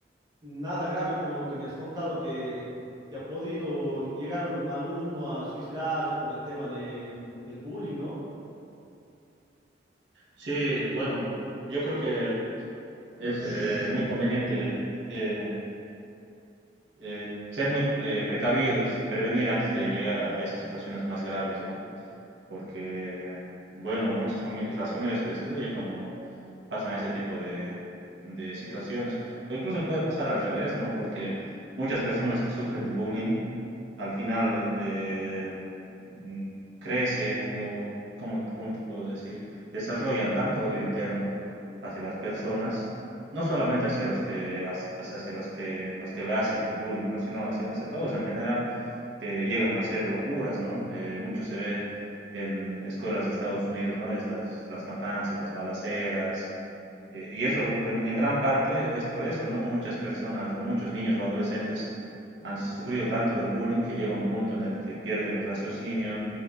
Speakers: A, on the right; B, on the right.
A: nada grave como lo que me has contado que, que ha podido llegar un alumno a suicidarse por el tema de, mm, del bullying, ¿no?
B: Sí, bueno, yo creo que es eh, muy conveniente eh, eh, ser muy eh, precavidos, prevenir antes de llegar a esas situaciones más graves, ¿no? porque, bueno, muchas familias, las familias se destruyen cuando pasan este tipo de, de situaciones. O incluso puede pasar al revés, ¿no? Porque muchas personas que sufren de bullying al final eh, mm, crecen o, ¿cómo, cómo te puedo decir? Desarrollan tanto odio interno hacia las personas, no solamente hacia los que, hacia hacia los que, los que le hacen el bullying, ¿no? Sino hacia, hacia todos en general que llegan a hacer locuras, ¿no? Eh, mucho se ve en escuelas de Estados Unidos, ¿no? Estas, las matanzas, las balaceras. eh, y eso en, en gran parte es por eso, ¿no? Muchas personas o muchos niños o adolescentes han sufrido tanto de bullying que llega un punto en el que pierden el raciocinio,